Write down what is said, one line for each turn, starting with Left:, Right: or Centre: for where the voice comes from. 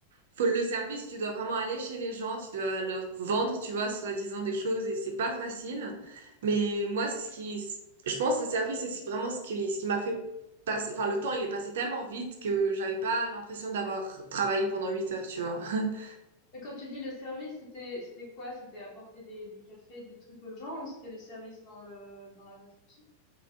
Right: Faut le service, tu dois vraiment aller chez les gens, tu dois leur vendre, tu vois, soi-disant des choses et c'est pas facile. Mais moi, c'est ce qui, je pense, le service, c'est ce- vraiment ce qui, ce qui m'a fait passer, enfin, le temps, il est passé tellement vite que j'avais pas l'impression d'avoir travaillé pendant 8 heures, tu vois. <laughs>
Left: Et quand tu dis le service, c'était c'était quoi? C'était apporter des, des cafés, des trucs aux gens, ou c'était le service dans le dans la réception?